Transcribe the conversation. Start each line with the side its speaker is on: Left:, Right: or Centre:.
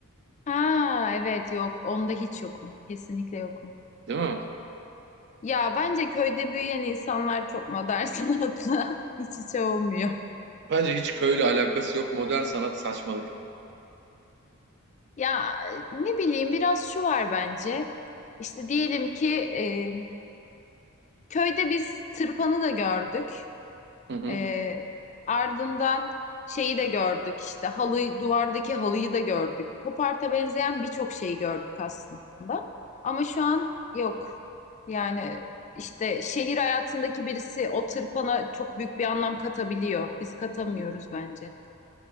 Left: Ha evet yok onda hiç yokum. Kesinlikle yokum.
Right: değil mi?
Left: Ya bence köyde büyüyen insanlar çok modern <laughs> sanatla iç içe olmuyor.
Right: Bence hiç köyle alakası yok. Modern sanat saçmalık.
Left: Ya ne bileyim biraz şu var bence. İşte diyelim ki e, köyde biz tırpanı da gördük.
Right: Hı hı.
Left: E, ardından şeyi de gördük işte halıyı duvardaki halıyı da gördük. Poparta benzeyen birçok şeyi gördük aslında. Ama şu an yok. Yani işte şehir hayatındaki birisi o tırpana çok büyük bir anlam katabiliyor. Biz katamıyoruz bence.